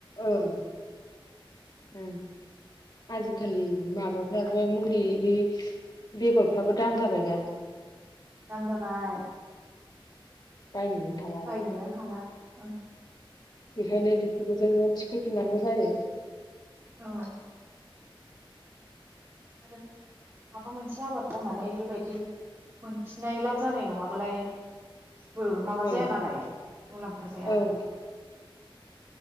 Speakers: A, on the left; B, on the right.
A: औं उम आजिखालि माबा फ्राबो मुलि बै बेगरफ्राबो दाम जाबायना।
B: दाम जाबाय।
A: बायनोनो हाला
B: बायनोनो हाला। ओं
A: बेखायनो बेफोरखौ जोङो थिखोफिननांगौ जायो।
B: औ आरो माबा मोनसे आबाद मावनानै बेबायदि मोनफिननाय लाब जानाय नङाबालाय बो माबा
A: ओं
B: जाया नालाय मुलाम्फा जाया।
A: ओं